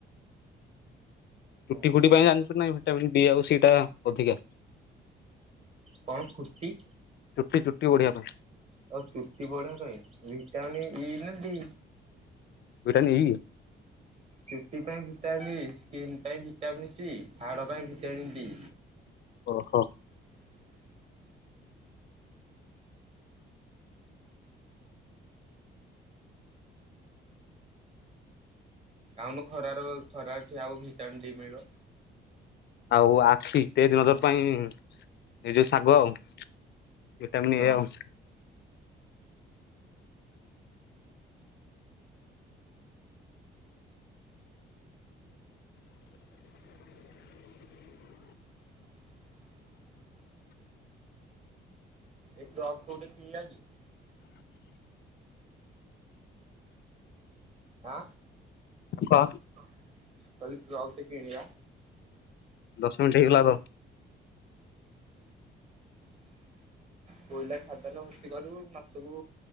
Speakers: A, on the left (about 60°); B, on the right (about 35°).
A: ଚୁଟି
B: ହୁଁ
A: ପଡ଼ିବ
B: ହୁଁ।
A: ପାଇଁ ଜାଣିଛୁ ନା‌ ଭିଟାମିନ ଡି ଆଉ ସି ଟା ଅଧିକା
B: କଣ ପୂର୍ତ୍ତି
A: ଚୁଟି ବଢିବା ପାଇଁ
B: ଆଉ ଚୁଟି ପଡିବା ପାଇଁ ଭଟାମିନ ଇ ନା ଡି
A: ଭିଟାମିନ ଇ
B: ସେଥି ପାଇଁ ଭିଟାମିନ୍ ଇ, ସ୍କିନ ପାଇଁ ଭିଟାମିନ୍ ସି ହାଡ଼ ପାଇଁ ଭିଟାମିନ ଡି
A: ଓହୋ
B: ଯାଉନୁ ଖରାର ଖରାରେ ଠିଆ ହେବୁ, ଭିଟାମିନ ଡି ମିଳିବ
A: ହଉ ଆଖି ତେଜ୍ ନଜର ପାଇଁ ଏଇ ଯୋଉ ଶାଗ ଆଉ ଭଟାମିିନ
B: ହଁ।
A: ଏ ଆଉ
B: ଏୁ ଆ ଖୋଉଟେ କିଳି ଯଏ <unintelligible> ଆ
A: ଶାଗ
B: କହିଲି ଟ୍ରକ ଗୋଟେ କିଣିବା
A: ଦଶ ମିନିଟ୍ ହେଇଗଲା ତ
B: କୋଇଲା ଖାଦାନ ଭର୍ତ୍ତି କରିବୁ ମାସକୁ